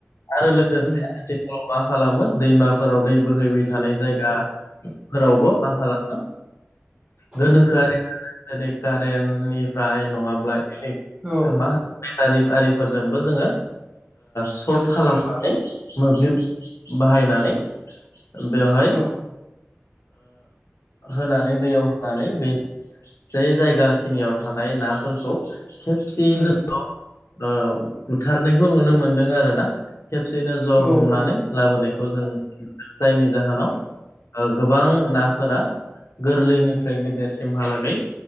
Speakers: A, on the left; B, on the right.
A: आरो लोगोसे
B: उम
A: आथिखालाव मा खालामो दैमाफोराव दै बोहैबाय थानाय जायगा फोरावबो मा खालामो गोनोखोआरि
B: उम
A: जेरै कारेन्टनिफ्राय नङाब्ला इलेक
B: औ
A: मा होनो बेटारि आरिफोरजोंबो जोङो सर्ट
B: उम
A: खालामनानै मोब्लिब बाहायनानै बेवहाय
B: औ
A: होनानै दैयाव होनानै बे जे जायगाखिनियाव थानाय नाफोरखौ खेबसेयैनो
B: उम
A: ज' बुथारनायखौ नुनो मोनदों आरोना खेबसेयैनो ज'
B: औ औ
A: हमनानै लाबोनायखौ जों जायनि जाहोनाव गोबां नाफोरा गोरलैनिफ्राय गेदेरसिन हालागै